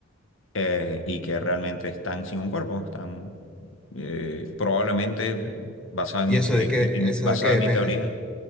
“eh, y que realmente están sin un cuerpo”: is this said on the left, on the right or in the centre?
Left